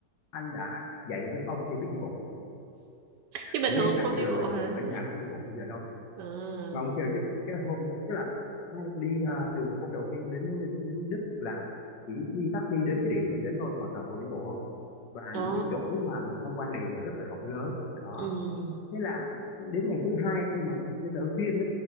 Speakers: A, on the left; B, on the right.
A: anh đã dạy cho các ông kia biết đi bộ
B: chứ bình
A: những
B: thường
A: mấy anh
B: cũng
A: trai
B: không
A: kia
B: đi
A: lười
B: bộ
A: mà
B: hả
A: ở nhà đâu có đi bộ bao giờ đâu
B: ờ
A: mà ông kêu chứ cái hôm tức là hai đi ra từ hôm đầu tiên đến đến, đến Đức là chỉ đi taxi đến cái điểm cần đến thôi còn toàn bộ đi bộ không và
B: ờ
A: những cái chỗ mà mình tham quan đều là rất là rộng lớn đó
B: ừ
A: thế là đến ngày thứ hai khi mà đến ở Viên